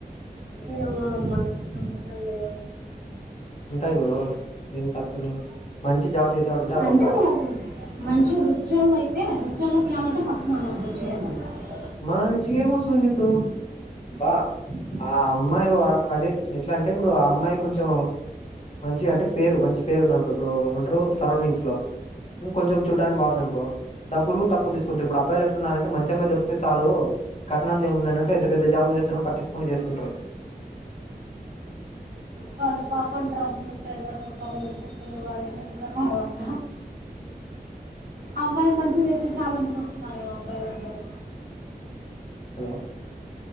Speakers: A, on the right; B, on the left.
A: ఏమో అమ్మ. నాకు నమ్మకాల్ లేవు.
B: ఉంటాయి బ్రో ఏం తక్కువనే మంచి జాబ్ చేసేవాడుంటే ఆ
A: అంటే,
B: పక్క
A: గ మంచి రుచ్ టె లక్షల్లోకియాలంటే కష్టమవద్ <unintelligible>
B: మా రుచికకొస్తుంది ఇప్పుడు, బా ఆ అమ్మాయి వలక్ అదే, ఎట్లాంట్ టే ఇప్పుడు, ఆ అమ్మాయి కొంచెం. మంచిగ అంటే పేరు, మంచి పేరు ఉందనుకో ఇప్పుడు ఉంటరు సరౌండింగ్స్ లో. ఇంకొంచెం చూడడానికి బాగుందనుకో, డబ్బులు కూడ తక్కువ తీసుకుంటరు. ఇప్పుడు అబ్బాయిలు ఎట్లున్నారంటే మంచిమ్మాయి దొరుకు తె సాలు, కట్నాన్ది ఏముందనంటే ఎంత పెద్ద జాబులు చేస్తానో పట్టించకొకుండ చేసుకుంటరు.
A: వాళ్ళ పాపం డ్రమ్లు, ప్రెషర్ కుక్కర్లు, ఫ్రిడ్జ్లు అవన్ని విన్న తర్వాత. అమ్మాయి మంచిదయితే చాలనుకుంటున్నారేమో అబ్బాయిలు అందరూ.
B: హలో